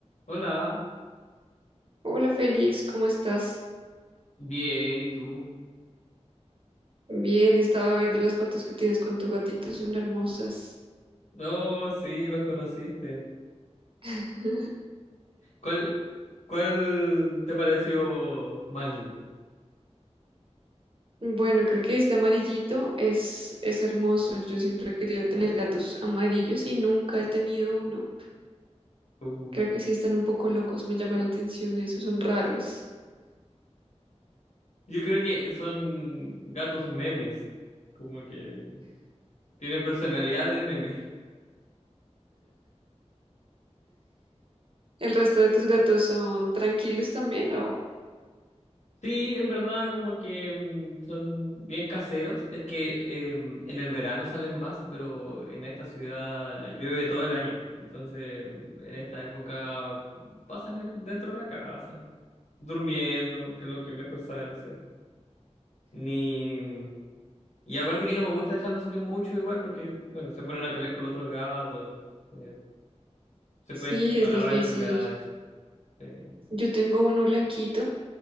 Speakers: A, on the left; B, on the right.
A: Hola,
B: Hola Félix, ¿cómo estás?
A: bien, ¿y tú?
B: Bien, estaba viendo las fotos que tienes con tu gatito, son hermosas.
A: No, sí, los conociste.
B: <laughs>
A: ¿Cuál, cuál te pareció más lindo?
B: Bueno, creo que este amarillito es, es hermoso. Yo siempre he querido tener gatos amarillos y nunca he tenido uno.
A: Uh,
B: Creo que sí están un poco locos, me llama la atención Esos son raros.
A: yo creo que son gatos memes, como que tienen personalidad de meme.
B: ¿El resto de tus gatos son tranquilos también o...?
A: Sí, en verdad como que mm, son bien caseros. Es que eh, en el verano salen más, pero en esta ciudad llueve todo el año. Entonces, en esta época pasan el- dentro de la casa, durmiendo, que es lo que mejor saben hacer. Ni... mm, Y aparte que no me gusta dejarlos salir mucho igual porque, bueno, se ponen a pelear con los otros gatos, eh, se
B: Sí,
A: pueden agarrar
B: es difícil.
A: enfermedades. eh,
B: Yo tengo uno blanquito,